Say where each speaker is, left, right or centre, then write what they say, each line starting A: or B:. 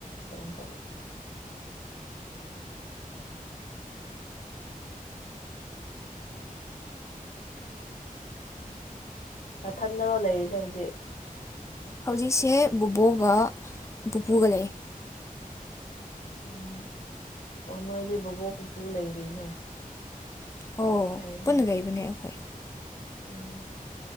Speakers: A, on the left; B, on the left.
A: ꯑꯗꯨꯟ ꯇꯣ ꯅꯊꯟꯅꯔꯣ ꯂꯩꯔꯤꯁꯦ ꯍꯧꯖꯤꯛ
B: ꯍꯧꯖꯤꯛꯁꯦ ꯕꯕꯣꯛꯒ ꯄꯨꯄꯨꯒ ꯂꯩ
A: ꯎꯝ ꯑꯣ ꯅꯣꯏꯗꯤ ꯕꯕꯣꯛ ꯄꯨꯄꯨ ꯂꯩꯔꯤꯅꯦ
B: ꯑꯣ
A: ꯀꯥꯏꯅꯦ
B: ꯄꯨꯟꯅ ꯂꯩꯕꯅꯦ ꯑꯩꯈꯣꯏ
A: ꯎꯝ